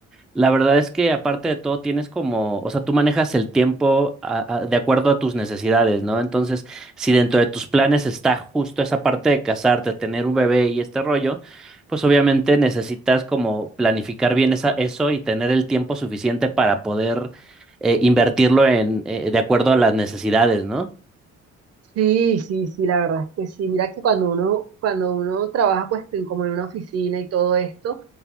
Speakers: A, in the centre; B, on the right (about 55°).
A: la verdad es que aparte de todo tienes como, o sea, tú manejas el tiempo a- a- de acuerdo a tus necesidades, ¿no? Entonces, si dentro de tus planes está justo esa parte de casarte, tener un bebé y este rollo, pues obviamente necesitas como planificar bien esa, eso y tener el tiempo suficiente para poder eh, invertirlo en, eh, de acuerdo a las necesidades, ¿no?
B: Sí, sí, sí, la verdad es que sí. Mira que cuando uno, cuando uno trabaja pues en- como en una oficina y todo esto,